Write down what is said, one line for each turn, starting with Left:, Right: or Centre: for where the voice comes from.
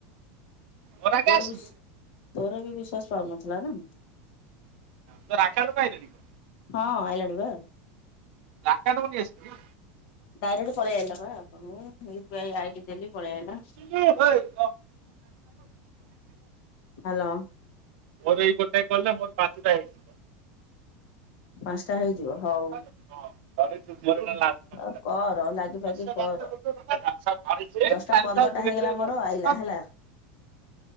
Right: ମୋର ଆଗେ
Left: ତୋର
Right: ଆସୁ।
Left: ବି ତୋର ବି ବିଶ୍ଵାସ ପାଉନଥିଲା ନା।
Right: <unintelligible> ପାଇଲେନି କି।
Left: ହଁ ଆଇଲାଣି ବା।
Right: ଲାକାଣ୍ଡ ମୁଁ ନେଇ ଆସିବି।
Left: ଡାଇରେଟ୍ ପଳେଇ ଆଇଲା ବା ଆକାଉଣ୍ଟକୁ ମୁଁ U P I I D ଦେଲି ପଳେଇ ଆଇଲା।
Right: ଇଏ ହେଇ।
Left: ହାଲୋ।
Right: ମୋର ଏଇ ଗୋଟାଏ କଲରେ ମୋର ପାଞ୍ଚୁଟା ହେଇଯି
Left: ପାଂଶଟା ହେଇଯିବ ହଉ।
Right: <unintelligible> ଆରେଇଚିରେ ହେଇ
Left: ଆଉ କର
Right: ତାହଲେ
Left: ଲାଗି ପାଗି
Right: ତ
Left: କର
Right: ଆଉ ଧୀରେ
Left: ଦଶଟା ପନ୍ଦରଟା
Right: ଧୀରେ
Left: ହେଇଗଲା ମୋର
Right: <inaudible>
Left: ଆଇଲା ହେଲା